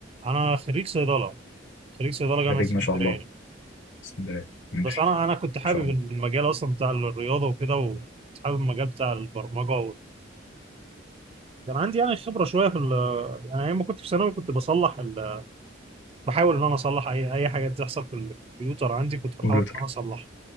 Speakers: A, on the right; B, on the left.
A: انا خريج صيدلة خريج صيدله جامعه
B: خريج
A: اسكندريه
B: ما شاء الله بسم الله ماشي
A: بس انا انا كنت حابب
B: ما شاء الله
A: المجال اصلا بتاع الرياضه وكده وكنت حابب المجال بتاع البرمجه كان عندي يعني خبره شويه في ال يعني ايام ما كنت في ثانوي كنت بصلح ال... بحاول ان انا اصلح اي اي حاجه تحصل في الكمبيوتر عندي كنت بحاول
B: كمبيوتر
A: ان انا اصلحها